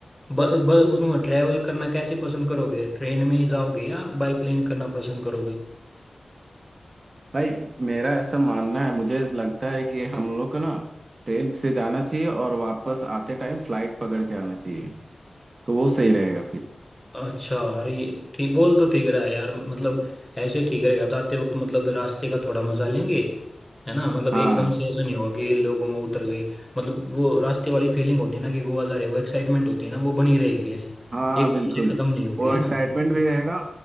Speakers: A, in the centre; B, on the right (about 45°).
A: ब, ब, उसमें ट्रैवल करना कैसे पसंद करोगे ट्रेन में जाओगे या बाई प्लेन करना पसंद करोगे
B: भाई मेरा ऐसा मानना है मुझे लगता है कि हम लोग को ना ट्रेन से जाना चाहिए और वापस आते टाइम फ्लाइट पकड़ के आना चाहिए तो वो सही रहेगा फिर
A: अच्छा अरे ये ठीक बोल तो ठीक रहा है यार मतलब ऐसे ठीक रहेगा जाते वक्त मतलब रास्ते का थोड़ा मजा लेंगे है ना मतलब
B: हाँ
A: एकदम से ऐसा नहीं होगा कि लोगों उतर गए मतलब वो रास्ते वाली फीलिंग होती है ना कि गोवा जा रहे हो एक्साइटमेंट होती है ना वो बनी रहेगी ऐसे
B: हाँ
A: एकदम
B: बिल्कुल
A: से खत्म नहीं होगी
B: वो
A: है
B: एक्साइटमेंट
A: ना
B: भी रहेगा